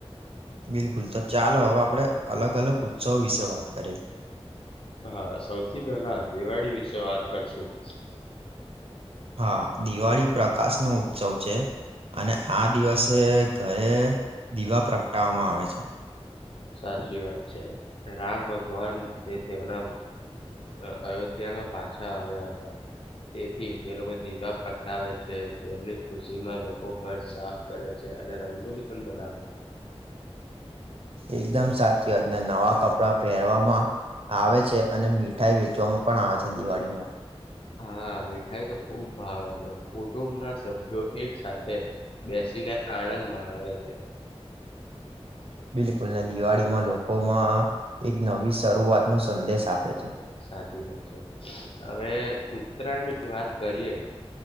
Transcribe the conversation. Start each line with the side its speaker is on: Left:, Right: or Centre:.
Right: બિલકુલ, તો ચાલો હવે આપણે અલગ અલગ ઉત્સવો વિશે વાત કરીએ.
Left: હા, સૌથી પેલા દિવાળી વિશે વાત કરશું.
Right: હા, દિવાળી પ્રકાશનો ઉત્સવ છે. અને આ દિવસે ઘરે દીવા પ્રગટાવામાં આવે છે.
Left: સાચી વાત છે. રામ ભગવાન તે તેવના અ અયોધ્યામાં પાછા આવ્યા હતા. તેથી તે લોકો દીભા પ્રગટાવે છે, તેમની ખુશીમાં લોકો ઘર સાફ કરે છે અને રંગોલી પણ બનાવે છે.
Right: એકદમ સાચી વાત ને નવા કપડાં પહેરવામાં આવે છે અને મીઠાઈ વેચવામાં પણ આવે છે દિવાળીમાં.
Left: હા, મીઠાઈ તો ખુબ ભાવે મને. કુટુંબના સભ્યો એક સાથે બે સીને આનંદ માણવે છે.
Right: બિલકુલ ને દિવાળીમાં લોકોમાં એક નવી શરૂઆતનો સંદેશ આપે છે.
Left: સાચી વાત છે. હવે ઉત્તરાયણની વાત કરીએ.